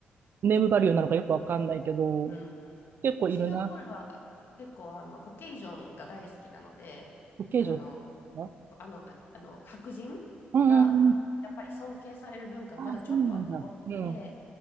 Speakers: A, on the right (about 60°); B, on the left (about 65°).
A: ネームバリューなのかよくわかんないけど、
B: うん
A: 結構いるな。
B: シンガポールは結構あのコケイジョンが大好きなので、
A: 受け女
B: あの、
A: あ
B: あの、ああの白人がやっぱり尊敬される文化はまだちょっと残ってて、
A: うんうんうん。あ、そうなんだ。うん。